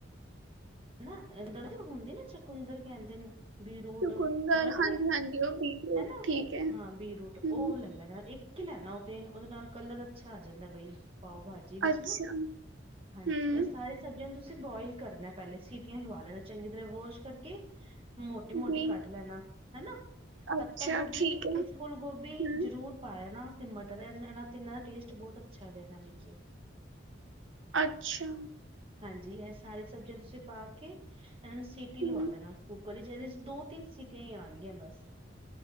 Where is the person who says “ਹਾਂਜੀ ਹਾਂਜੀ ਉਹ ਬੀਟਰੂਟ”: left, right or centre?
Right